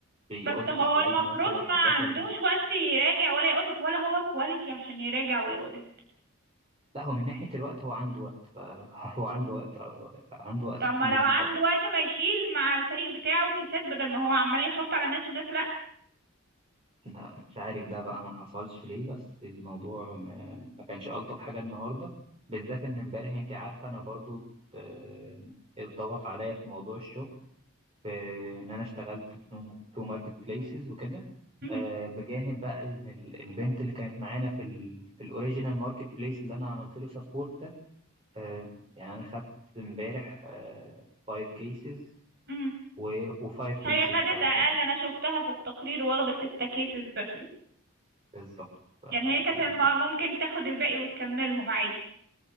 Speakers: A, on the right (about 30°); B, on the right (about 50°).
A: بيقودت
B: بس هو
A: عليا
B: المفروض
A: مثلا حاجات
B: ما عندوش
A: ولا
B: وقت يراجع ولا يقودت ولا هو كواليتي عشان يراجع ويقودت
A: لا هو من ناحية الوقت هو عنده وقت ف- <laughs> هو عنده وقت هو عنده وقت
B: طب
A: كتير
B: ما لو عنده
A: طب
B: وقت ما يشيل مع الفريق بتاعه كيسات بدل ما هو عمال يحط على ناس وناس لا
A: لا مش عارف ده بقى ما حصلش ليه بس الموضوع ما, ما كانش ألطف حاجة النهاردة بالذات إن امبارح أنت عارفة أنا برضو آه، اتضغط عليا في موضوع الشغل في إن أنا اشتغلت في تو ماركت بليسز وكده
B: مهم.
A: آه، بجانب بقى إن ال- البنت اللي كانت معانا في ال في الأوريجينال ماركت بليس اللي أنا عملت له سبورت ده آه، يعني أنا خدت امبارح 5 كيسز
B: مهم.
A: و و5 كيسز
B: هي خدت
A: فكانت
B: اقل انا شفتها في التقرير واخده ستة كيسز بس
A: بالظبط فيعني
B: يعني هي كانت الم-
A: انت
B: ممكن تاخد الباقي وتكملهم عادي